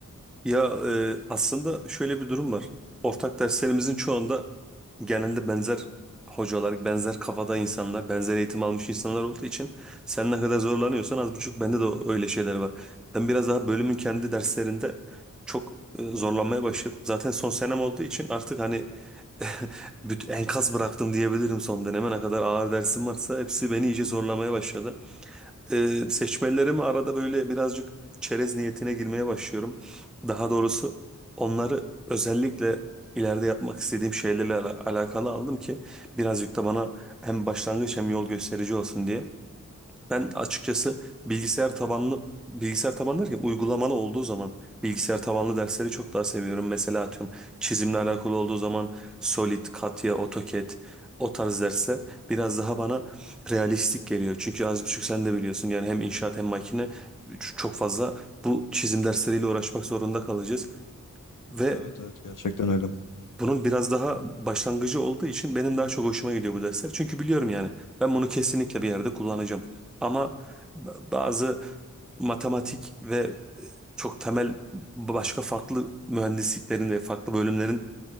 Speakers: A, in the centre; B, on the left (about 70°).
A: Ya e, aslında şöyle bir durum var. Ortak derslerimizin çoğunda genelde benzer hocalar, benzer kafada insanlar, benzer eğitim almış insanlar olduğu için sen ne kadar zorlanıyorsan az buçuk bende de öyle şeyler var. Ben biraz daha bölümün kendi derslerinde çok e, zorlanmaya başladım. Zaten son senem olduğu için artık hani <laughs> büt- enkaz bıraktım diyebilirim son döneme. ne kadar ağır dersim varsa hepsi beni iyice zorlamaya başladı e, seçmelerimi arada böyle birazcık çerez niyetine girmeye başlıyorum. Daha doğrusu onları özellikle ileride yapmak istediğim şeylerle ala- alakalı aldım ki birazcık da bana hem başlangıç hem yol gösterici olsun diye. Ben açıkçası bilgisayar tabanlı bilgisayar tabanlı derken uygulamalı olduğu zaman bilgisayar tabanlı dersleri çok daha seviyorum. Mesela atıyorum çizimle alakalı olduğu zaman Solid, Katya, AutoCAD o tarz dersler biraz daha bana realistik geliyor. Çünkü az buçuk sen de biliyorsun yani hem inşaat hem makine ç- çok fazla bu çizim dersleriyle uğraşmak zorunda kalacağız ve
B: Evet evet gerçekten öyle.
A: bunun biraz daha başlangıcı olduğu için benim daha çok hoşuma gidiyor bu dersler. Çünkü biliyorum yani ben bunu kesinlikle bir yerde kullanacağım. Ama ba- bazı matematik ve çok temel başka farklı mühendisliklerin ve farklı bölümlerin